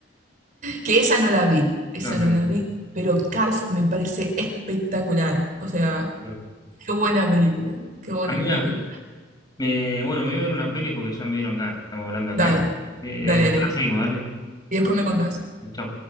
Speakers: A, on the right; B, on the left.
A: Que esa no la vi, esa
B: No, no,
A: no
B: no,
A: la vi, pero Cars me parece espectacular. O sea,
B: no.
A: qué buena película, qué buena
B: Amiga,
A: película.
B: me, bueno, me voy a ver una peli porque ya me dieron ganas, estamos hablando acá.
A: Dale,
B: Eh,
A: dale,
B: después
A: dale.
B: la seguimos, ¿vale?
A: Y después me contás.
B: Chao.